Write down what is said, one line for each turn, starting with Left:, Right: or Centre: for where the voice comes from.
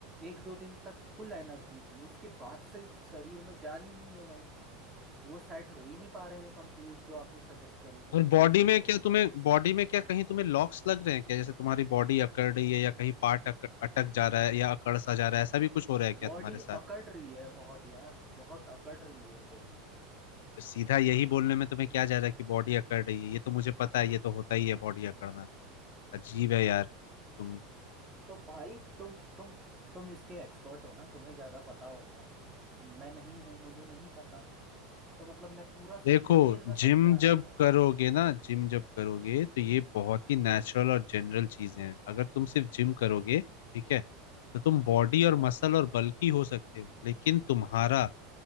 Right: एक दो दिन तक फुल एनर्जी थी उसके बाद से शरीर में जान ही नहीं है भाई वो सेट हो ही नहीं पा रहे हैं कंप्लीट जो आपने सजेस्ट करे थे मेरे
Left: और बॉडी
Right: को जिम
Left: में
Right: के
Left: क्या
Right: लिए
Left: तुम्हें बॉडी में क्या कहीं तुम्हें लॉक्स लग रहे हैं क्या जैसे तुम्हारी बॉडी अकड़ रही है या कहीं पार्ट अक, अटक जा रहा है या अकड़ सा जा रहा है ऐसा भी कुछ हो रहा है क्या
Right: बॉडी
Left: तुम्हारे साथ
Right: अकड़ रही है बहुत यार बहुत अकड़ रही है बॉडी
Left: तो सीधा यही बोलने में तुम्हें क्या जा रहा है कि बॉडी अकड़ रही है ये तो मुझे पता है ये तो होता ही है बॉडी अकड़ना अजीब है यार तुम
Right: तो भाई तुम तुम तुम इसके एक्सपर्ट हो ना तुम्हें ज्यादा पता होगा तो मैं नहीं हूँ मुझे नहीं पता तो मतलब मैं पूरा
Left: देखो
Right: डिटेल में समझा
Left: जिम जब
Right: रहा था
Left: करोगे ना जिम जब करोगे तो ये बहुत ही नेचुरल और जनरल चीजें हैं अगर तुम सिर्फ जिम करोगे ठीक है तो तुम
Right: हाँ
Left: बॉडी और
Right: हाँ
Left: मसल और बल्की हो सकते हो लेकिन तुम्हारा